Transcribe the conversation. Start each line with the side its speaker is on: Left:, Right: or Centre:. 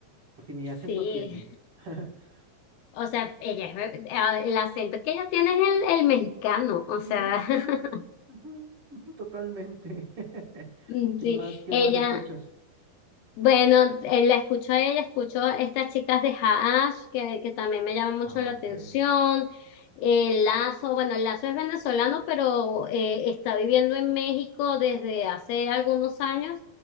Right: porque ni acento
Left: sí.
Right: tiene. <laughs>
Left: O sea, ella es, ver- ah, el acento que ella tiene es el, el mexicano. O sea,
Right: Sí,
Left: <laughs>
Right: sí es de aquí. Ajá, ujú, totalmente. <laughs>
Left: mm,
Right: ¿Quién
Left: sí.
Right: más? ¿Qué
Left: Ella,
Right: más escuchas?
Left: bueno, eh, la escucho a ella, escucho estas chicas de Haash, que, que también me llaman mucho
Right: Ah,
Left: la atención.
Right: ok.
Left: El Lazo, bueno, el Lazo es venezolano, pero eh, está viviendo en México desde hace algunos años.